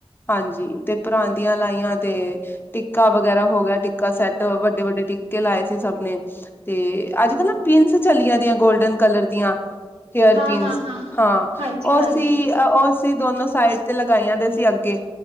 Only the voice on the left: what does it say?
ਹਾਂਜੀ ਤੇ ਪਰਾਂਦੀਆਂ ਲਾਈਆਂ ਤੇ ਟਿੱਕਾ ਵਗੈਰਾ ਹੋ ਗਿਆ ਟਿੱਕਾ ਸੈੱਟ ਵੱਡੇ ਵੱਡੇ ਟਿੱਕੇ ਲਾਏ ਸੀ ਸਭ ਨੇ ਤੇ ਅੱਜ ਕੱਲ੍ਹ ਨਾ ਪਿਨਸ ਚਲੀਆਂ ਦੀਆਂ ਗੋਲਡਨ ਕਲਰ ਦੀਆਂ ਹੇਅਰ
ਪਿਨਸ
ਹਾਂ
ਓਸੀ
ਉਹ ਅਸੀਂ ਦੋਨੋ ਸਾਈਡ ਤੇ ਲਗਾਈਆ ਦੇਸੀ ਅੱਗੇ